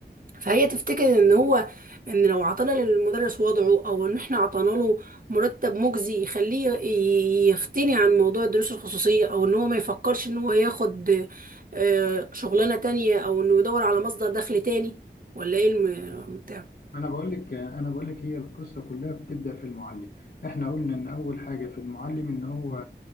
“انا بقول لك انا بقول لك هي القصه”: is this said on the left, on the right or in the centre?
Left